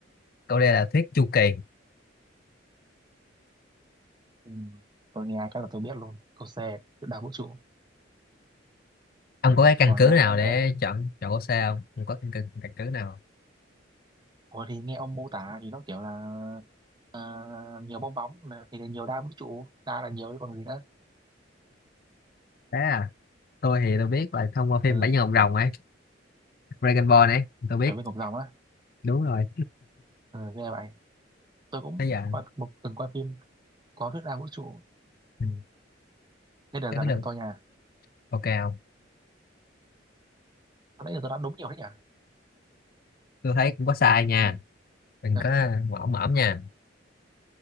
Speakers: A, on the left; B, on the right.
A: câu đây là thuyết chu kỳ
B: ừ. tôi nghe cái là tôi biết luôn câu C trước đảo vũ trụ
A: ông có cái căn
B: quá
A: cứ nào để
B: dễ
A: chọn chọn câu C không ông có căn cứ, căn cứ nào không?
B: Ủa thì nghe ông mô tả thì nó kiểu là ờ, nhiều bong bóng là- thì là nhiều đa vũ trụ đa là nhiều chứ còn gì nữa
A: Thế à, tôi thì tôi biết là thông qua phim
B: ừ
A: Bảy Nhân Ngọc Rồng ấy, Dragon Ball ấy, tôi biết,
B: bảy viên ngọc rồng á
A: đúng rồi.
B: ừ nghe vậy tôi cũng
A: bây giờ
B: coi một từng coi phim có thuyết đa vũ trụ
A: ừ,
B: ừ. thế là
A: cái
B: giờ
A: cái
B: nó
A: được
B: tôi nha
A: ok không
B: có lẽ là tôi đã đúng nhiều đấy nhỉ
A: tôi thấy cũng có sai nha
B: ừ.
A: đừng
B: À,
A: có mõm mõm nha